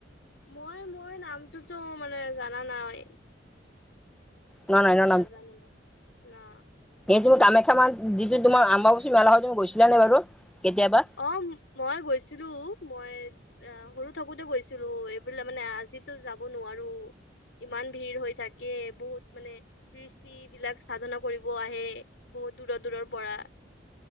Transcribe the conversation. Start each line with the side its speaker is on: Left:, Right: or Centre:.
Left: মই মই নামটোতো মানে জানা নাই।
Centre: ন
Left: নামটো
Centre: নাই ন
Left: নাজানোঁ মই না।
Centre: মই কামাখ্যা মান দিছোঁ, তোমাৰ আম্বচ মেলা হয় য মই গৈছিলা নে বাৰু? কেতিয়াবা
Left: অ মই গৈছিলোঁ। মই অ সৰু থাকোতে গৈছিলোঁ। এইবিল মানে আজিতো যাব নোৱাৰোঁ। ইমান ভিৰ হৈ থাকে, বহুত মানে কৃষ্টি বিলাক সাধনা কৰিব আহে। বহু বহু দূৰৰ দূৰৰ পৰা।